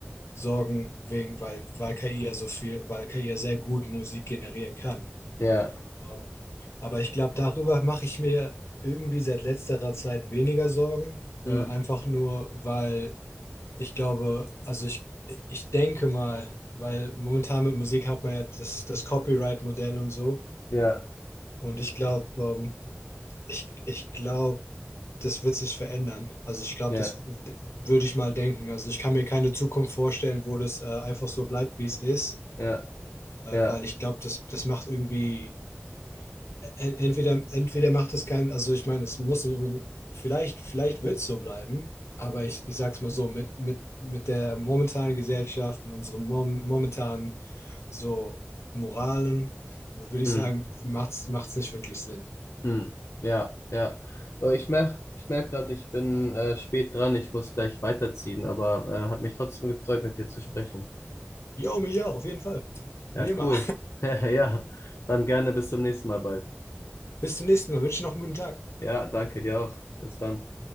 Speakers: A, on the left (about 70°); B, on the left (about 85°).
A: Sorgen wegen, weil, weil KI ja so viel, weil KI ja sehr gut Musik generieren kann.
B: ja,
A: Ähm, aber ich glaube, darüber mache ich mir irgendwie seit letzterer Zeit weniger Sorgen.
B: hm,
A: Äh, einfach nur, weil ich glaube, also ich, ich denke mal, weil momentan mit Musik hat man ja das, das Copyright-Modell und so.
B: ja,
A: Und ich glaube, ähm, ich, ich glaube, das wird sich verändern. Also ich glaube,
B: ja,
A: das w- d- würde ich mal denken. Also ich kann mir keine Zukunft vorstellen, wo das äh, einfach so bleibt, wie es ist,
B: ja,
A: äh,
B: ja,
A: weil ich glaube, das, das macht irgendwie, en- entweder, entweder macht es keinen, also ich meine, es muss nicht unbedingt, vielleicht, vielleicht wird es so bleiben, aber ich, ich sag's mal so, mit, mit, mit der momentanen Gesellschaft, mit unseren mom momentanen so Moralen, würde ich
B: hm,
A: sagen, macht's, macht's nicht wirklich Sinn.
B: hm, ja, ja. Äh, Ich merk, ich merk gerade, ich bin äh, spät dran, ich muss gleich weiterziehen, aber äh, hat mich trotzdem gefreut, mit dir zu sprechen.
A: Jo, mich auch, auf jeden Fall.
B: Ja,
A: Wie immer.
B: cool. <laughs> Ja, dann gerne bis zum nächsten Mal bald.
A: <laughs> Bis zum nächsten Mal. Wünsche noch einen guten Tag.
B: Ja, danke dir auch. Bis dann.